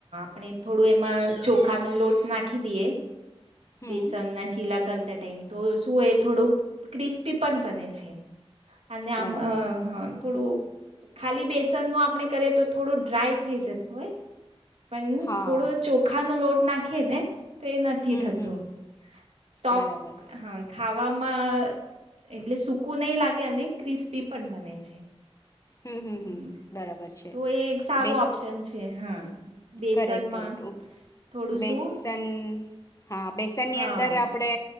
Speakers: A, on the right; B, on the left.
A: આપણે થોડું એમાં ચોખાનો લોટ નાખી દીએ.
B: હમ
A: બેસનના ચીલા કર તા ટાઈમ, તો શું એ થોડું ક્રિસ્પી પણ બને છે. અને આમ
B: બરાબર
A: હહ થોડું ખાલી બેસનનું આપણે કરીએ તો થોડું ડ્રાય થઈ જતું હોય પન
B: હા
A: થોડો ચોખાનો લોટ નાખીએ ને તો એ નથી
B: હમ
A: થતું.
B: હમ
A: સોફ્ટ,
B: બરાબર
A: હા ખાવા માં એટલે સૂકું નહીં લાગે અને ક્રિસ્પી પન બને છે.
B: હમ્મ-હમ્મ-હમ્મ,
A: હમ
B: બરાબર છે.
A: તો એ એક સારું
B: બેસ,
A: ઓપ્શન છે હા બેસનમાં
B: કરેક્ટ, કરેક્ટ ઉ
A: થોડું
B: બેસન
A: શું
B: હા બેસનની
A: હા
B: અંદર આપણે